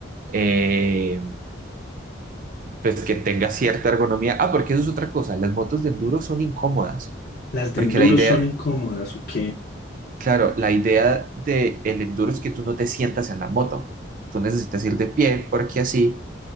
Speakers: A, on the right; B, on the left.
A: eh, pues que tenga cierta ergonomía. Ah, porque eso es otra cosa, las motos de enduro son incómodas,
B: Las de
A: porque
B: enduro
A: la idea,
B: son incómodas, ¿ok?
A: claro, la idea del enduro es que tú no te sientas en la moto, tú necesitas ir de pie porque así